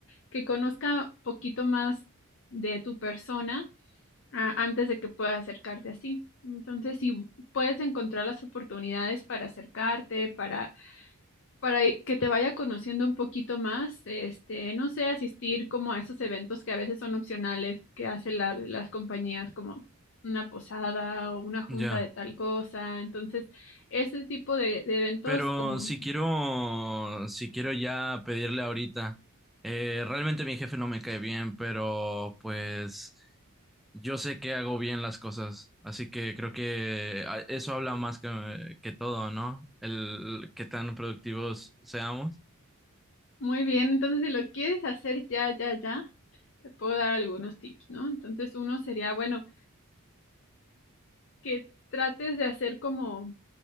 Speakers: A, on the left (about 55°); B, in the centre.
A: que conozca poquito más de tu persona ah, antes de que pueda acercarte así. Entonces, si puedes encontrar las oportunidades para acercarte, para para que te vaya conociendo un poquito más, este, no sé, asistir como a esos eventos que a veces son opcionales, que hacen la- las compañías como una posada o una junta
B: Ya.
A: de tal cosa. Entonces, ese tipo de, de eventos
B: Pero
A: como
B: si quiero, si quiero ya pedirle ahorita, eh, realmente mi jefe no me cae bien, pero pues yo sé que hago bien las cosas, así que creo que ah, eso habla más que, que todo, ¿no? El, qué tan productivos seamos.
A: muy bien. Entonces, si lo quieres hacer ya, ya, ya, te puedo dar algunos tips, ¿no? Entonces, uno sería, bueno, que trates de hacer como